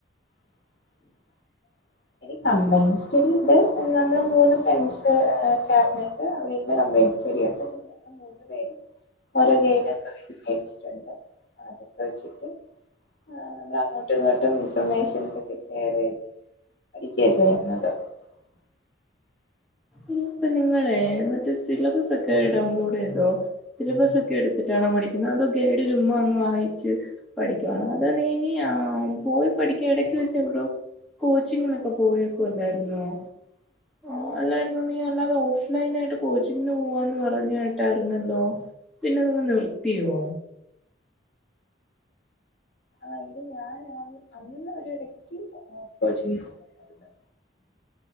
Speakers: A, on the left; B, in the centre.
A: <unintelligible> എനി കമ്പൈൻ സ്റ്റഡി ഉണ്ട് നമ്മള് മൂന്ന് ഫ്രണ്ട്സ് ചേർന്നിട്ട് അവിടെ േൻ സ്റ്റേഡിയട്ട് മൂന്ന്ു പേര് ഓരോ കയിലക്കെ മേടിച്ചിട്ടുണ്ട് അതൊക്കെ വെച്ചിട്ട് ആ നമ്മള അങ്ങോട്ടും ഇങ്ങോട്ടും ഇൻഫർമേഷന ഷെയർ ചെയ്ത് <unintelligible>
B: ഇ ഇപ്പ നിങ്ങളെ മറ്റേ സിലബസ് ഒക്കെ ഡൗൺലോഡ് ചെയ്തോ സിലബസ് ഒക്കെ എടുത്തിട്ടാണോ പഠിക്ക അത ഗൈഡ ചുമ് അങ്ങ് വായിച്ച്ു പഠിക്കുവാണ് അത ഇനി ആ പോയി പഠിക്ക ഇടക്ക് വെച്ച എവിട കോച്ചിങ്ങിനൊക്കെ പോയക്ക അല്ലായിുന്നോ ആ അല്ലായിരുന്നു നീ അല്ലാതെ ഓഫ്ലൈൻ ആയിട്ട് കോച്ചിങ്ങിന് പോവാന്ന് പറഞ്ഞായിട്ടായിരുന്നല്ലോ പിന്നെ നിങ്ങ നിർത്തിയോ
A: ആയി് ഞാൻ അന്ന് ഒ ഇടക്ക്ും ചെയരുന്നുന്ന